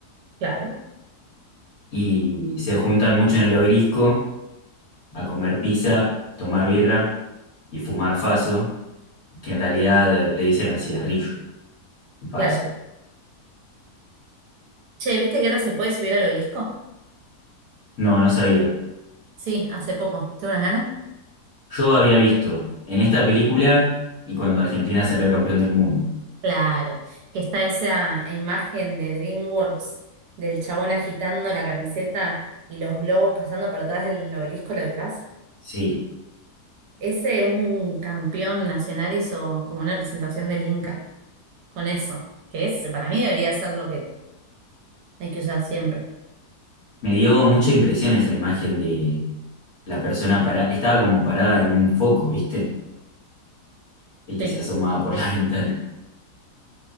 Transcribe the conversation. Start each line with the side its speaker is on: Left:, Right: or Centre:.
Right: claro,
Left: y se juntan mucho en el obelisco a comer pizza, tomar birra y fumar faso, que en realidad eh, le dicen al cigarrillo, faso.
Right: claro. Che, ¿viste que ahora se puede subir al obelisco?
Left: No, no sabía.
Right: Sí, hace poco. ¿Tengo unas ganas?
Left: Yo había visto en esta película y cuando Argentina salió campeón del mundo.
Right: Claro, que está esa imagen de DreamWorks del chabón agitando la camiseta y los globos pasando por atrás del obelisco, ¿lo ubicás?
Left: Sí,
Right: Ese un campeón nacional hizo como una presentación del Inca con eso, que es, para mí debería ser lo que hay que usar siempre.
Left: me dio mucha impresión esa imagen de la persona para estaba como parada en un foco, ¿viste? Y que
Right: Sí.
Left: se asomaba por la <laughs> ventana.